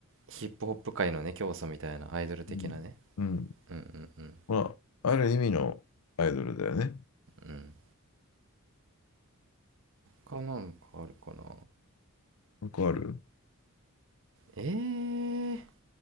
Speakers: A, on the right; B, on the left.
A: ヒップホップ界のね、教祖みたいなアイドル的なね。
B: うん。うん。
A: うんうんうん
B: まあ、ある意味のアイドルだよね。
A: うん。他なんかあるかな。
B: よくある
A: ええ